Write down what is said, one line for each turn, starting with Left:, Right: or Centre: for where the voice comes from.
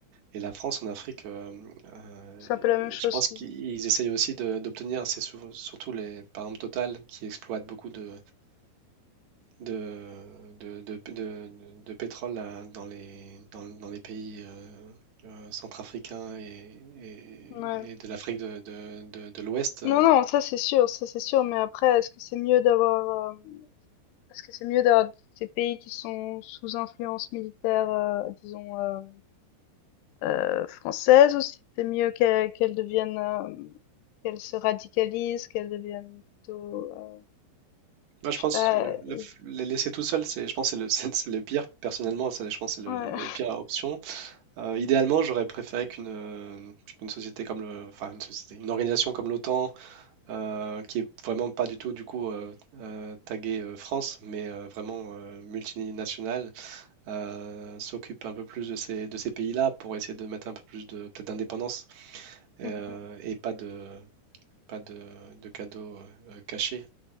Right: et la France en Afrique, euh, euh,
Left: C'est
Right: et
Left: un peu la même chose,
Right: je pense
Left: tu
Right: qu'ils
Left: dis.
Right: essayent aussi de- d'obtenir, c'est sou- surtout les, par exemple Total, qui exploite beaucoup de, de, de, de- de- de pétrole euh, dans les, dans, dans les pays. euh, euh, centrafricains et, et-
Left: Ouais.
Right: et de l'Afrique de, de- de- de l'Ouest, euh,
Left: Non, non, ça c'est sûr, ça c'est sûr. Mais après, est-ce que c'est mieux d'avoir, euh, est-ce que c'est mieux d'avoir ces pays qui sont sous influence militaire, euh, disons, euh, euh, française, ou si c'est mieux qu'elles qu'elles deviennent, euh, qu'elles se radicalisent, qu'elles deviennent plutôt, euh,
Right: Moi,
Left: je
Right: je pense
Left: sais pas,
Right: le, le
Left: euh,
Right: les laisser tout seul, c'est, je pense, que c'est le, <laughs> c'est c'est le pire. Personnellement, c'est, je pense, que c'est
Left: ouais.
Right: le, le pire option. Euh, idéalement, j'aurais préféré qu'une euh, qu'une société comme le, enfin, une société, une organisation comme l'OTAN, euh, qui est vraiment pas du tout du coup euh, euh, taguée euh, France, mais euh, vraiment euh, multinationale, euh, s'occupe un peu plus de ces de ces pays-là pour essayer de mettre un peu plus de peut-être d'indépendance euh,
Left: <laughs>
Right: et pas de pas de, de cadeaux euh, cachés.